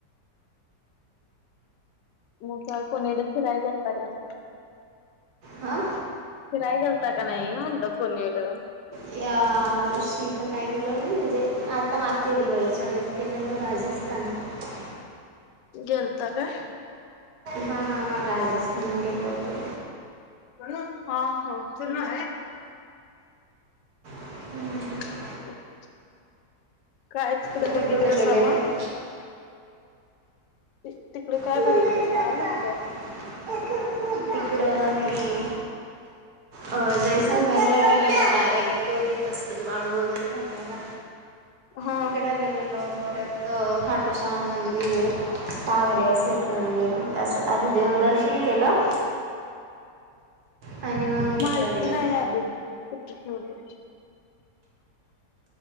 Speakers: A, on the left (about 80°); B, on the right (about 60°).
A: मग का कोणीला फिराई करता का नाही?
B: आा.
A: फिराय घेलता का नाही म्हणतो कोणीड
B: या वर्षी इथं काही केलं नाही म्हणजे आता मागते दिवाळीच्या वळे गलेलो राजस्थान. ह
A: गेलता काय?
B: हा राजस्थान गेलो होतो.
A: हा हा आहे.
B: हम्म
A: <unintelligible> काय तिकड
B: तुम्ही
A: बघितलं
B: कुठं गेलेले
A: समा तिकडे काय
B: मम्मी
A: बघितलसा
B: डोका
A: म्हंटल
B: तिकडं आम्ही अ जायस मेर गेलेलो डायरेक्ट डायरेक्ट तिथ चं. बाळू वगैरे राह का
A: हा
B: तिकड गेले लवकरत परत. राम मंदिर सावरे शेठ मंदिर म्हणजे असं आधि. देवदर्शन केलं. आणि मग तिकडं
A: माहिती
B: गेलेलो
A: नाही अभी कुठे ठेवले.